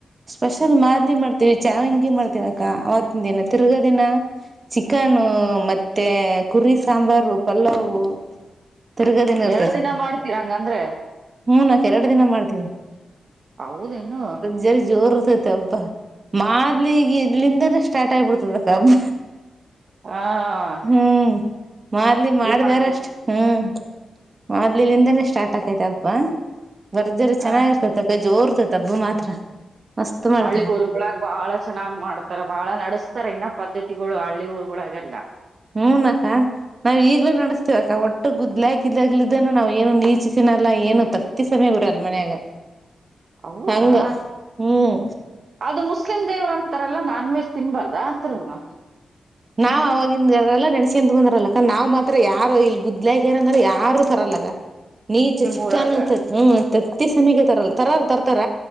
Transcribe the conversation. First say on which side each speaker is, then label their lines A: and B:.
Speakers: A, on the right (about 45°); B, on the right (about 60°).
A: ಸ್ಪೆಷಲ್ ಮಾದ್ಲಿ ಮಾಡ್ತೀವಿ ಚಾವಂಗಿ ಮಾಡ್ತೀವ ಅಕ್ಕ ಅವತ್ತಿನ ದಿನ ತಿರ್ಗಾ ದಿನ. ಚಿಕನು ಮತ್ತೆ ಕುರಿ ಸಾಂಬಾರು ಪಲ್ಲಾವು. ದುರ್ಗಾ ದಿನ ಇರ್ತೈತ
B: ಎರಡ್
A: ಅಕ್ಕ
B: ಮಾಡ್ತೀರ ಹಂಗಂದ್ರೆ
A: ಹೂನಕ ಎರಡು ದಿನ ಮಾಡ್ತೀವಿ.
B: ಹೌದೇನು.
A: ಜರಿ ಜೋರ್ ಇರ್ತೈತಿ ಹಬ್ಬ ಮಾದಲಿ ಗಿದಲಿ ಇಲಿಂದನೇ ಸ್ಟಾರ್ಟ್ ಆಗಿಬಿಡ್ತದ ಹಬ್ಬ.
B: ಹಾ.
A: ಹ್ಮ್ ಮಾದಲಿ ಮಾಡ್ದಾರಷ್ಟ.
B: ಮಾಡ್ಬೇಕ
A: ಹ್ಮ್ ಮದ್ಲಲಿಂದಾನೇ ಸ್ಟಾರ್ಟ್ ಆಕೈತ ಹಬ್ಬಾ ಬರ್ಜರ
B: ಹ
A: ಚೆನ್ನಾಗಿರ್ತತಿ. ಕ್ಕ ಜೋರ್ತತ್ ಹಬ್ಬ ಮಾತ್ರ. ಮಸ್ತ್ ಮಾಡ್ತೀವಿ
B: ಹಳ್ಳಿಗ್ ಹರ್ಗಳಳ ಬಾಳ. ಚೆನ್ನಾಗ್ ಮಾಡ್ತಾರ ಬಾಳ ನಡೆಸ್ತಾರೆ ಇನ್ನ ಪದ್ದತಿಗಳು ಹಳ್ಳಿ ಊಗಳಾಗೆಲ್ಲ.
A: ಹ್ಮ ನಕ್ಕ ನಾವ್ ಈಗ್ಲೂ ನಡಸ್. ಕ್ಕಾ ಒಟ್ಟು ಗುದ್ಲಾಕಿದಾಗಲ ಇದಾನೂ ನಾವ್ ಏನು ನೀಚಿಸಿನಲ್ಲ ಏನು ತತ್ತಿ ಸಮಯ ಉರಲ್ಲ ಮನ್ಯಾಗ.
B: ಹೌದಾ.....
A: ಹಂಗ ಹ್ಮ್
B: ಅದು ಮುಸ್ಲಿಂ. ದೇವ್ರ ಅಂತಾರಲ್ಲಾ ನಾನ್ವೆಜ್ ತಿನ್ಬಾರ್ದ ಅಂದ್ರನು.
A: ನಾವ್ ಅವೇಗಿಂದ ಯಾರಲ್ಲಾ ನಡಸಿ ಅಂತ ಬಂದರಲ್ಲಕ್ಕ ನಾವ್ ಮಾತ್ರ ಯಾರು ಇಲ್ ಗುದ್ಲಾಗ್ಯಾರ ಅಂದ್ರ ಯಾರು ತರಲ್ಲಕ್ಕ. ನೀಚ
B: ನಿಮ್
A: ಚಿಕ್ಕನು
B: ಊರಾಗ
A: ಹ್ಮ್ ತತ್ತಿ ಸಮಯಕ್ಕೆ ತರಲ್ಲ ತರ ತರ್ತಾರ